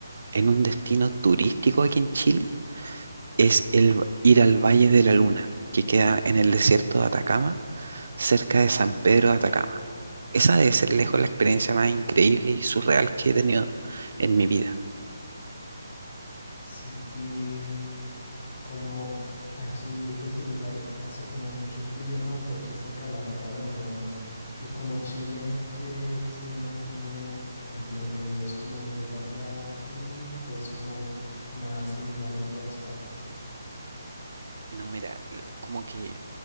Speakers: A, on the right (about 50°); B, on the left (about 40°).
A: en un destino turístico aquí en Chile es el va- ir al Valle de la Luna, que queda en el desierto de Atacama, cerca de San Pedro de Atacama. Esa debe ser lejos la experiencia más increíble y surreal que he tenido en mi vida.
B: Sí, y como allí ese lugar hace como mucho frío, ¿no? Porque es cerca de la Patagonia o no. Y como Chile, ¿qué clima tiene en promedio? ¿Es como muy variado el clima o es como más similar en todas partes?
A: No, mira, l- como que